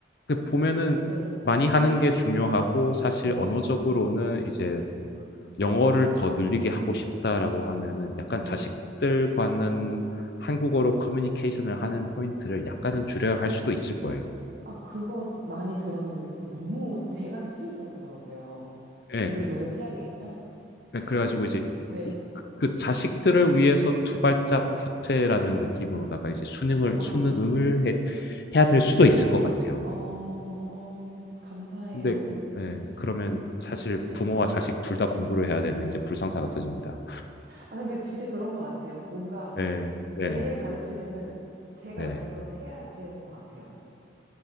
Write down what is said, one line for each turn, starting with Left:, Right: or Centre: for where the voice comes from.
Left: 그 보면은
Right: 네,
Left: 많이 하는 게 중요하고 사실
Right: 네,
Left: 언어적으로는 이제 영어를 더 늘리게 하고 싶다라고 하면은 약간
Right: 네.
Left: 자식들과는 한국어로 커뮤니케이션을 하는 포인트를 약간은 줄여야 할 수도 있을 거예요.
Right: 아, 그거 많이 들었는데 그거 너무 제가 스트레스 받더라고요.
Left: 예,
Right: 그래도 노력해야 되겠죠?
Left: 네, 그래가지고 이제
Right: 네.
Left: 그- 그 자식들을 위해서 두 발짝 후퇴라는 느낌으로다가 이제 수능을
Right: 아,
Left: 수능을 해, 해야 될 수도 있을 것 같아요.
Right: 어, 어, 감사해요.
Left: 근데 예,
Right: 음,
Left: 그러면 사실
Right: 네.
Left: 부모와 자식 둘 다 공부를 해야 되는 이제 불상사가 터집니다.
Right: 아, 근데 진짜 그런 것 같아요. 뭔가
Left: 네, 네네,
Right: 애를 가르치려면 제가
Left: 네네.
Right: 옆에서 해야 되는 것 같아요.